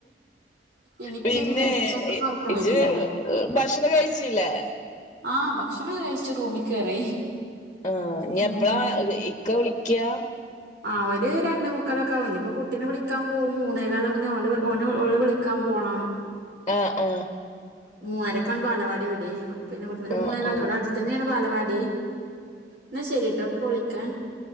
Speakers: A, on the right; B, on the left.
A: എനിക്ക്
B: പിന്നെ
A: ഇന്ന് ഉച്ചക്ക് ഉറക്കം
B: ഇജ്
A: വരില്ല
B: ഭക്ഷണം കഴിച്ചില്ലേ
A: ആ ഭക്ഷണം കഴിച്ചു റൂമി കേറി
B: ആ ഞാ
A: ഉം
B: എപ്പളാ ഇക്ക വിളിക്ക്യാ
A: അവര് രണ്ടേ മുക്കാലൊക്കാവും ഇനിപ്പോ കുട്ടീനെ വിളിക്കാൻ പോവും മൂന്നേ കാലാവുമ്പൊ ഓലെ ഓനെ ഓളെ വിളിക്കാൻ പോവും പോണം
B: ആ ആ
A: മൂന്നരക്കാണ് ബാലവാടി വിടെ അപ്പിന്നെ ഇവിടുന്നൊരു മൂന്നെകാലിന്
B: ആഹ് ആഹ്
A: വിടെ അടുത്തെന്നെയാണ് ബാലവാടി എന്നാ ശരിട്ടാ ഇപ്പൊ വിളിക്ക